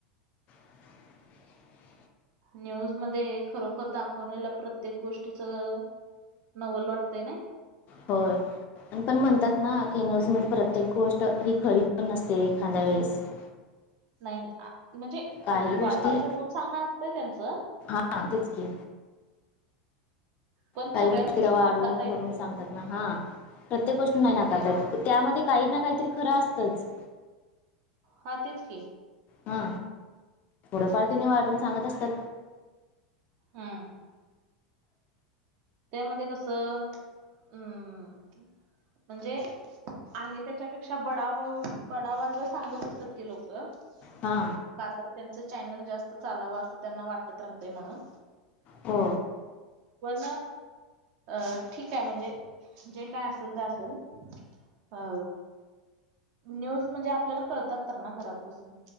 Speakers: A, on the left (about 40°); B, on the right (about 50°).
A: <inaudible>
B: न्यूज मध्ये खरोखर दाखवलेलं प्रत्येक गोष्टीचं नवल वाटतंय नाही.
A: होय पण म्हणतात ना की न्यूज मध्ये प्रत्येक गोष्ट ही खरी पण नसते एखांद्या वेळेस <inaudible>
B: नाही म्हणजे
A: काही गोष्टी
B: वाढवून चढवून सांगणं असतंय त्यांचं
A: हा तेच की
B: पण
A: काही
B: सगळ्याच
A: गोष्टी वाढवून
B: नाकारता येत
A: करून
B: नाहीत
A: सांगतात
B: ना
A: हा प्रत्येक गोष्ट नाही नाकारतात त्यामध्ये काही ना काहीतरी खरं असतंच
B: हा तेच की
A: हा थोढंफार तेनी वाढवून सांगत असतात
B: हम्म त्यामध्ये कसं हम् म्हणजे आहे त्याच्यापेक्षा बडाव बडावा जरा सांगत असतात ती लोकं
A: हा
B: का तर त्यांचं चॅनल जास्त चालावं असं त्यांना वाटत राहते म्हणून
A: हो
B: पण अ ठीक आहे म्हणजे जे काय असेल ते असेल अ न्यूज म्हणजे आपल्याला कळतात तर ना घरात बसून